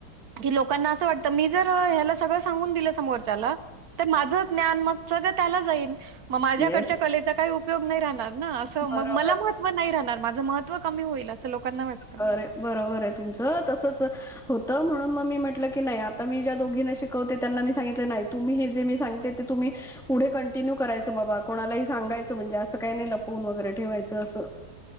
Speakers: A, on the right; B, in the centre.
A: की लोकांना असं वाटत मी जर हे ला सगळ सांगून दिल समोरच्याला तर माझ ज्ञान मग सगळ त्याला जाईल मग माझ्याकडच्या
B: येस
A: कलेचा काही उपयोग नाही राह ना असं
B: बरोबर
A: मग मला महत्व नाही राहणार माझं महत्व कमी होईल असं लोकांना वाट
B: बर बरोबर आहे तुमचं तसच होतं. म्हणून मग मी म्हटलं की नाही आता मी ज्या दोघीना शिकवते त्यांना मी सांगितलं नाही तुम्ही हे जे मी सांगते ते तुम्ही पुढे कंटिन्यू करायचं बाबा कोणालाही सांगायचं म्हणजे असं काही नाही लपवून वगैरे ठेवायचं असं <inaudible>